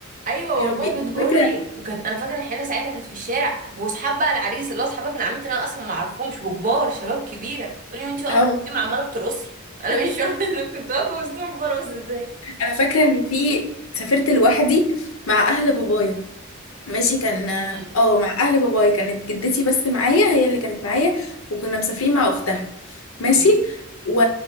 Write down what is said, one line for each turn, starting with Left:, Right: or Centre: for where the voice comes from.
Right: ايوه
Left: يا
Right: والله
Left: ربي انا
Right: بتقولي
Left: فاكره
Right: كانت انا فاكره الحنه ساعتها كانت في الشارع واصحاب بقى العريس اللي هو اصحاب ابن عمتي اللي انا اصلا ما اعرفهمش وكبار شباب كبيره تقولي وانتي واقفه
Left: أهو.
Right: وسطهم عماله بترقصي انا مش فاهمه <laughs> انا كنت واقفه وسطهم برقص ازاي
Left: انا فاكره ان في سافرت لوحدي مع اهل بابايا ماشي كان
Right: امم
Left: اه مع اهل بابايا كانت جدتي بس معايا هي اللي كانت معايا وكنا مسافرين مع اختها ماشي
Right: ايه
Left: و...